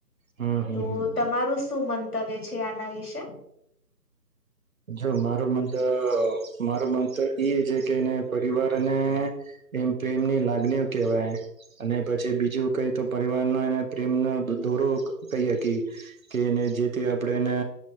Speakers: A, on the right; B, on the left.
A: હમ હમ
B: તો
A: હમ
B: તમારું શું મન તવે છે. આના વિશે
A: જો મારુ મનતો મારુ મનતો એ છે, કે એને પરિવારને એમ પ્રેમની લાગણીઓ કેહેવાય અને પછી બીજું કઈ તો પરિવાર ના એને પ્રેમનો દોરો કહીએ કી કે એને જેથી આપણે એને